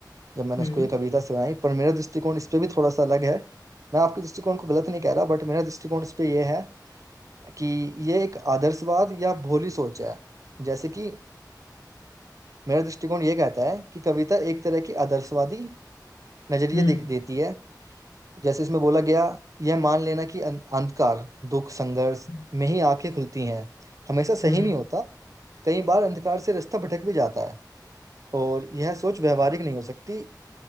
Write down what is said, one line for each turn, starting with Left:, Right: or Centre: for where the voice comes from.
Right: जब मैंने
Left: हम्म
Right: उसको ये कविता सुनाई पर मेरा दृष्टिकोण इस पे भी थोड़ा सा अलग है मैं आपके दृष्टिकोण को गलत नहीं कह रहा बट मेरा दृष्टिकोण इस पे ये है कि ये एक आदर्शवाद या भोली सोच है जैसे कि मेरा दृष्टिकोण ये कहता है कि कविता एक तरह की आदर्शवादी नजरिए
Left: हम्म
Right: दे, देती है जैसे इसमें बोला गया यह मान लेना कि अं- अंधकार दुख संघर्ष
Left: हम्म
Right: में ही आंखें खुलती हैं हमेशा सही
Left: हम्म
Right: नहीं होता कई बार अंधकार से रास्ता भटक भी जाता है और यह सोच व्यवहारिक नहीं हो सकती